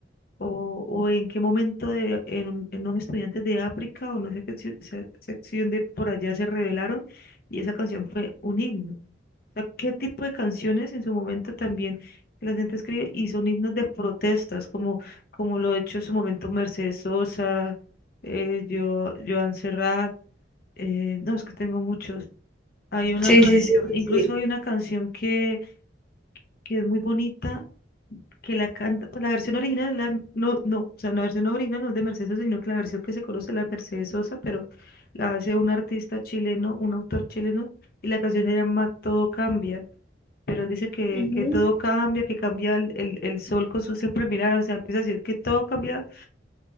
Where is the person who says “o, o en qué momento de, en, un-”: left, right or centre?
Left